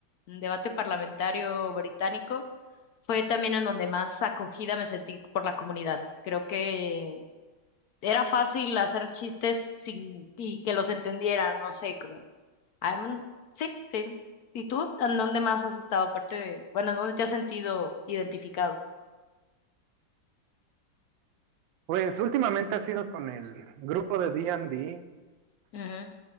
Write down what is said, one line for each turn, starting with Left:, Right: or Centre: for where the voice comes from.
Left: en debate parlamentario británico, fue también en donde más acogida me sentí por la comunidad. Creo que era fácil hacer chistes sin y que los entendieran, no sé, como ah, mm, sí, sí. ¿Y tú? ¿En dónde más has estado? Aparte de, bueno, ¿en dónde te has sentido identificado?
Right: Pues últimamente ha sido con el grupo de D&D,
Left: Ujú,